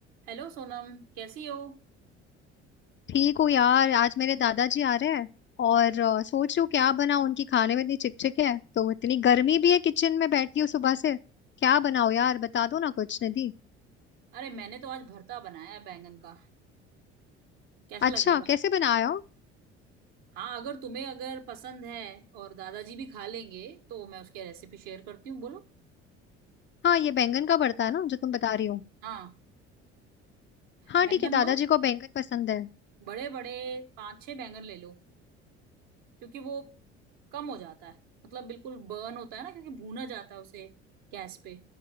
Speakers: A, on the right (about 65°); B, on the left (about 35°).
A: Hello Sonam कैसी हो
B: ठीक हूँ यार आज मेरे दादाजी आ रहे हैं और अ, सोच रही हूँ क्या बनाऊँ उनकी खाने में इतनी चिकचिक है तो इतनी गर्मी भी है किचन में बैठी हूँ सुबह से क्या बनाऊँ यार बता दो ना कुछ निधि
A: अरे मैंने तो आज भरता बनाया है बैंगन का कैसा लगेगा
B: अच्छा कैसे बनाया हो
A: हाँ अगर तुम्हें अगर पसंद है और दादाजी भी खा लेंगे तो मैं उसकी रेसिपी शेयर करती हूँ बोलो
B: हाँ ये बैंगन का भरता है ना जो तुम बता रही हो
A: हाँ
B: हाँ
A: बैंगन
B: ठीक है दादाजी
A: लो
B: को बैंगन पसंद है
A: बड़े बड़े पांच छह बैंगन ले लो क्योंकि वो कम हो जाता है मतलब बिल्कुल बर्न होता है ना क्योंकि भूना जाता है उसे गैस पे